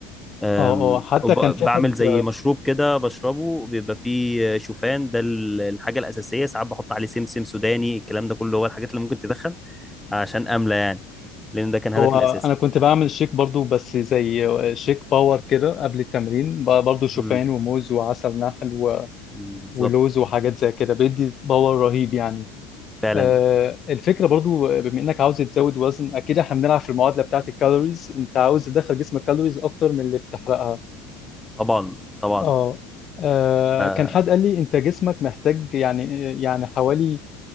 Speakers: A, in the centre; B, on the left.
A: أم،
B: اه اه حتى
A: وبعمل
B: كان في حد
A: زي مشروب كده بشربه بيبقى فيه شوفان ده ال- الحاجة الأساسية ساعات بحط عليه سمسم سوداني الكلام ده كله هو الحاجات اللي ممكن تدخن عشان أملى يعني لأن ده كان هدفي
B: هو
A: الأساسي
B: انا كنت بعمل شيك برضو بس زي شيك باور كده قبل التمرين ب- برضو شوفان
A: امم
B: وموز وعسل نحل
A: بالظبط
B: ولوز وحاجات زي كده بيدي باور رهيب يعني
A: فعلا
B: آه، الفكره برضو بما انك عاوز تزود وزن اكيد احنا بنلعب في المعادله بتاعت الكالوريز انت عاوز تدخل جسمك كالوريز اكتر من اللي بتحرقها
A: طبعا طبعا
B: اه آه،
A: ف-
B: كان حد قال لي انت جسمك محتاج يعني يعني حوالي